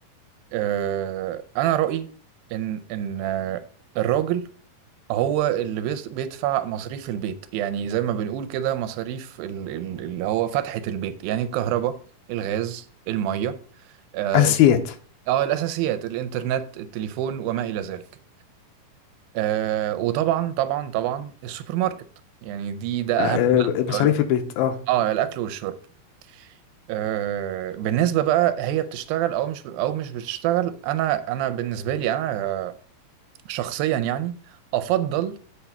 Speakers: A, on the right; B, on the left.
A: أه أنا رأيي إن إن آه، الراجل هو اللي بيص- بيدفع مصاريف البيت يعني زي ما بنقول كده مصاريف ال- ال- اللي هو فتحة البيت يعني الكهرباء الغاز المية اه
B: اساسيات
A: الت- آه، الأساسيات الإنترنت التليفون وما إلى ذلك آه وطبعا طبعا طبعا السوبر ماركت يعني دي ده
B: آه،
A: أهم بند
B: آه، مصاريف
A: ولا-
B: البيت اه
A: اه الأكل والشرب آه بالنسبة بقى هي بتشتغل أو مش أو مش بتشتغل أنا أنا بالنسبة لي أنا آه، شخصيا يعني أفضل